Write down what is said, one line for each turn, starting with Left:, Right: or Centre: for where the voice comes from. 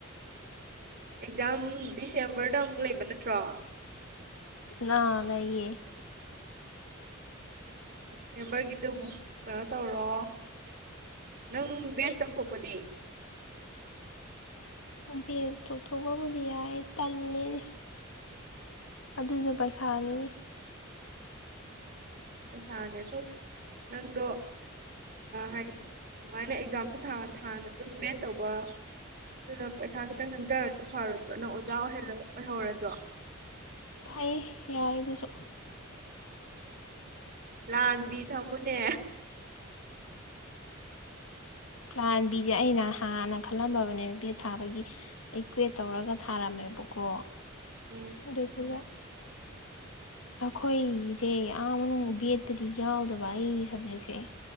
Right: ꯑꯦꯛꯖꯥꯝ ꯗꯤꯁꯦꯝꯕꯔꯗ ꯑꯃꯨꯛ ꯂꯩꯕ ꯅꯠꯇ꯭ꯔꯣ
Left: ꯂ ꯂꯩꯌꯦ
Right: ꯗꯤꯁꯦꯝꯕꯔꯒꯤꯗꯨ ꯑꯃꯨꯛ ꯀꯩꯅꯣ ꯇꯧꯔꯣ ꯅꯪ ꯕꯦꯠ ꯇꯧꯊꯣꯛꯄꯗꯤ
Left: ꯕꯦꯠ ꯇꯧꯊꯣꯛꯄꯕꯨꯗꯤ ꯌꯥꯏ ꯇꯜꯂꯦꯅꯦ ꯑꯗꯨꯁꯨ ꯄꯩꯁꯥꯅꯤꯅꯦ
Right: ꯄꯩꯁꯥꯅꯦ ꯁꯨ ꯅꯪꯗꯣ ꯍꯥꯏꯗꯤ ꯑꯗꯨꯃꯥꯏꯅ ꯑꯦꯛꯖꯥꯝꯁꯨ ꯊꯥ ꯊꯥꯅ ꯑꯗꯨꯝ ꯕꯦꯠ ꯇꯧꯕ ꯑꯗꯨꯅ ꯄꯩꯁꯥ ꯈꯤꯇꯪ ꯆꯪꯖꯔꯁꯨ ꯐꯔꯣꯏꯗꯔꯣ ꯅ ꯑꯣꯖꯥ ꯑꯣꯏ ꯑꯣꯏꯍꯧꯔꯁꯨ
Left: ꯐꯩ ꯌꯥꯏ ꯑꯗꯨꯁꯨ
Right: ꯂꯥꯡꯕꯤ ꯊꯝꯃꯨꯅꯦ
Left: ꯥꯂꯥꯟꯕꯤꯁꯦ ꯑꯩꯅ ꯍꯥꯟꯅ ꯈꯜꯂꯝꯃꯕꯅꯦ ꯕꯦꯠ ꯊꯥꯕꯒꯤ ꯑꯩ ꯀ꯭ꯋꯦꯠ ꯇꯧꯔꯒ ꯊꯥꯔꯝꯃꯦꯕꯀꯣ
Right: ꯎꯝ
Left: ꯑꯗꯨꯗꯨꯒ ꯑꯩꯈꯣꯏꯒꯤꯁꯦ ꯑꯥ ꯃꯅꯨꯡ ꯕꯦꯠꯇꯗꯤ ꯌꯥꯎꯗꯕ ꯑꯩꯒꯤ ꯁꯕꯖꯦꯛꯁꯦ